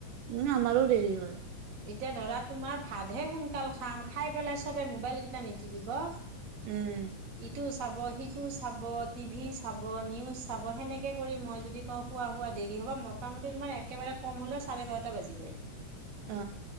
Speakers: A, on the right; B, on the right.
A: উম, আমাৰো দেৰি হয়।
B: এতিয়া ধৰা তোমাৰ ভাতহে সোনকাল খাম, খাই পেলাই চবে মোবাইল কেইটা নিতিপিব।
A: উম।
B: ইটো চাব, সিটো চাব, টিভি চাব, নিউজ চাব, সেনেকে কৰি মই যদি শুৱা শুৱা দেৰি হব, মোটামুটি তোমাৰ একেবাৰে কম হ'লেও চাৰে বাৰটা বাজিবই।
A: অঁ।